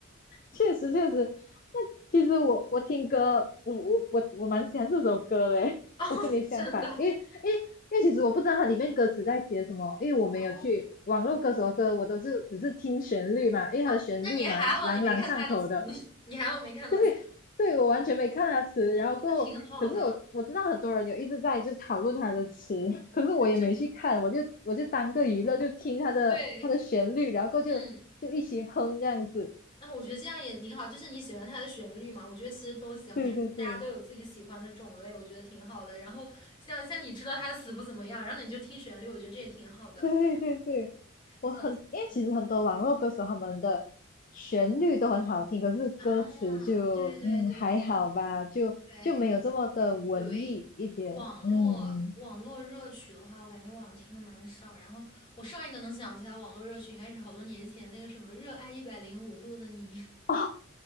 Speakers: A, on the left; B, on the left.
A: 确实确实。那其实我我听歌，我我我我蛮喜欢这首歌的欸，
B: 哦，
A: 我跟你相反，
B: 真的
A: 因为因为因为其实我不知道它里面歌词在写什么，因为我没有去网络歌手的歌，
B: 哦，
A: 我都是只是听旋律嘛，因为它的旋律蛮朗朗上口的。
B: 哦。那你还好，你没看他的棋，你还好没看到棋，
A: 对对，我完全没看它词，然后过后。
B: 那挺好的。
A: 可是我我知道很多人有一直在就讨论它的词，<laughs> 可是我也没去看，
B: 对对
A: 我就我就当个娱乐，就听它的它的旋律，
B: 对，
A: 然后过后就就一起哼这样子。
B: 嗯，那我觉得这样也挺好，就是你喜欢它的旋律嘛，我觉得其实都行，
A: 对对对，
B: 就是大家都有自己喜欢的种类，我觉得挺好的。然后像像你知道他的词不怎么样，然后你就听旋律，我觉得这也挺好的。
A: <laughs> 对对对，我很，
B: 笑死我了
A: 因为其实很多网络歌手他们的旋律都很好听，可是歌词就嗯还好吧，
B: 啊！对对对
A: 就就没有这么的文艺一点。
B: 对。对，网络网络热曲的话，
A: 嗯，
B: 我感觉我好像听的蛮少。然后我上一个能想起来网络热曲，应该是好多年前那个什么《热爱一百零五度的你》。<laughs>
A: 哦，